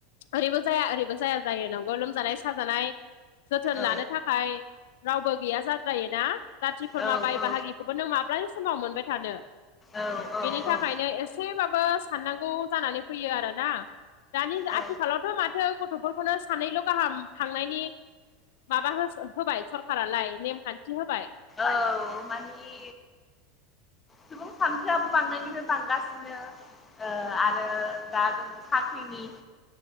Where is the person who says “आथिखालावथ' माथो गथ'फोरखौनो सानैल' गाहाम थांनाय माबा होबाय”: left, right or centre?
Left